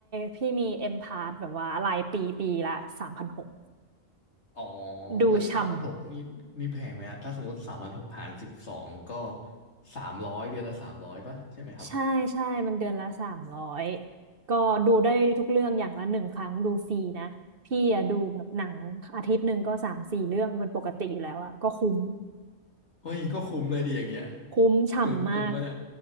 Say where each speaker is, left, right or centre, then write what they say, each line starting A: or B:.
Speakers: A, on the right; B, on the left.
A: พี่มีเอ็มพาร์แบบว่ารายปีปีละสามพันหก
B: อ๋อ
A: ดูช่ำ
B: เอ้ยสามพันหกนี่นี่แพงไหมฮะถ้าสมมติสามพันหกหารสิบสองก็สามร้อยเดือนละสามร้อยป่ะใช่ไหมครับ
A: ใช่ใช่มันเดือนละสามร้อยก็ดูได้ทุกเรื่องอย่างละหนึ่งครั้งดูฟรีนะพี่อะดูแบบหนังอาทิตย์หนึ่งก็สามสี่เรื่องเป็นปกติอยู่แล้วอะก็คุ้ม
B: เฮ้ยก็คุ้มเลยดิอย่างเงี้ย
A: คุ้มฉ่ำมาก
B: เกินคุ้มมาเนี่ย